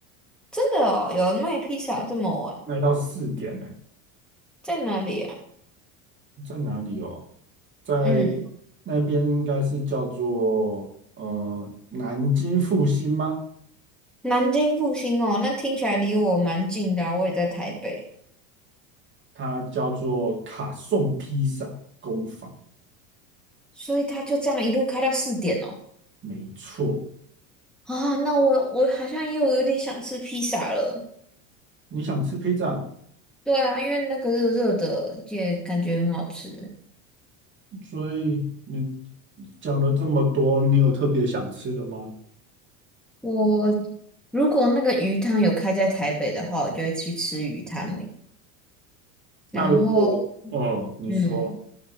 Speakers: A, in the centre; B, on the right.
A: 真的哦，有卖披萨这么晚，
B: 卖到四点呢、
A: 在哪里啊？
B: 在哪里哦？在
A: 嗯，
B: 那边应该是叫做呃南京复兴吗？
A: 南京复兴哦，那听起来离我蛮近的啊我也在台北，
B: 它叫做卡颂披萨。工坊。
A: 所以他就这样一路开到四点哦。
B: 没错，
A: 啊，那我我好像又有点想吃披萨了。
B: 你想吃披萨，
A: 对啊，因为那个热热的也感觉很好吃。
B: 所以你讲了这么多，你有特别想吃的吗？
A: 我如果那个鱼汤有开在台北的话，我就会去吃鱼汤。然后，
B: 那如果，哦，你说
A: 嗯。